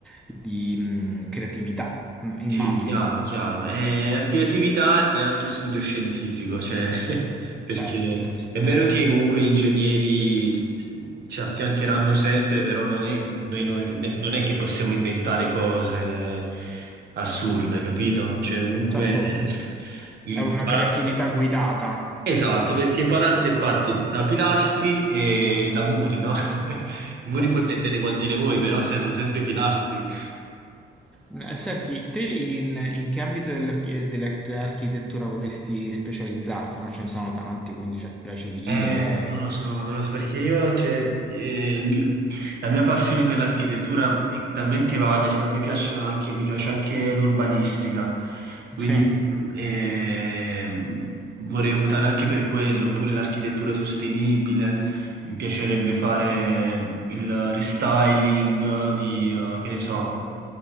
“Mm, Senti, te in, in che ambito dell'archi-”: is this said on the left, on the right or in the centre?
Centre